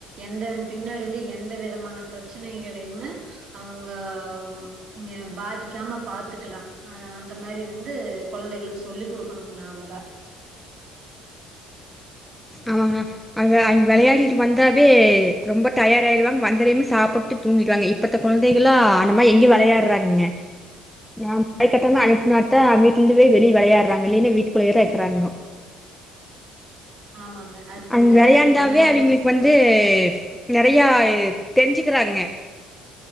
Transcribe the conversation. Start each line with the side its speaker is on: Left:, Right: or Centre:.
Right: எந்தன் பின்னாடி வந்து எந்த விதமான ப்ரச்சனைகளையுமே அவ்ங்கவ் இங்க பாதிக்காம பாத்துக்கலா ஆ அந்த மாரி ருந்து கொழந்தைகளுக் சொல்லி் குடுக்குணு நாமதா
Centre: ஆமாங்கனா அங்க அங் வெளையாடிட்டு வந்தாவே ரொம்ப டயாட் ஆய்டுவாங் வந்தரேமே சாப்புட்டு தூங்கிட் வாங் இப்பத்த கொழ்ந்தைகலா அந்த மாய் எங்யு வெளையாறாங்க நாம் அது கட்டம்மா அனுப்புனாத்தா அத் வீட்லுந்துவே வெளி வெளையாட்றாங் இலினு வீட்டுக்குள்யேத்தா எர்க்றாங்கோ
Right: ஆமாங்க அதுக்கு
Centre: அன்
Right: வந்து
Centre: வெளையாண்டாவே
Right: ம்
Centre: அவிங்ளுக் வந்து நெறையாயே தெரிஞ்சுக்குறாங்க